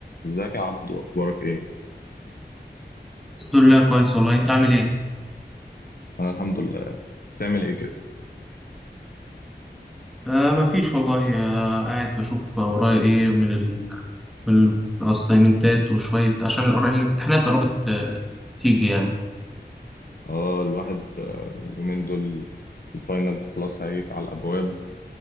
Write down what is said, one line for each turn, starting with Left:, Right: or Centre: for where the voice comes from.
Left: ازيك يا عبدو اخبارك ايه
Centre: الحمد لله كويس والله انت عامل ايه؟
Left: انا الحمد لله بتعمل ايه كده
Centre: آه مفيش والله آه قاعد بشوف ورايا ايه من ال من الاسايمنتات وشوية عشان القر- الامتحانات قربت آه تيجي يعني
Left: اه الواحد آه، اليومين دول الفاينلز خلاص هيقف على الابواب